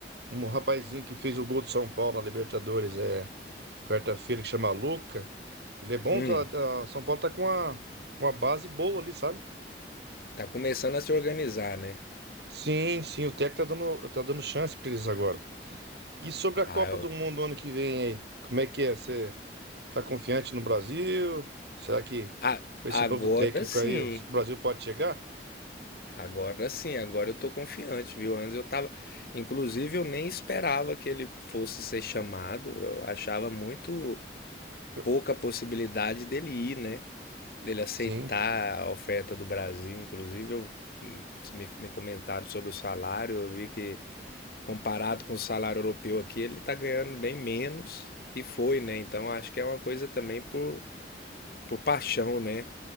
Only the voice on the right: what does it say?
um rapazinho que fez o gol do São Paulo na Libertadores, é quarta-feira, que chama Luca. Ele é bom,
tá, tá- São Paulo tá com uma, uma base boa ali, sabe?
Sim, sim, o Tec tá dando, tá dando chance pra eles agora. E sobre a Copa
do Mundo ano que vem aí? Como é que é? Você tá confiante no Brasil? Será que
com esse
novo técnico
aí o Brasil pode chegar?
Eu-
Sim,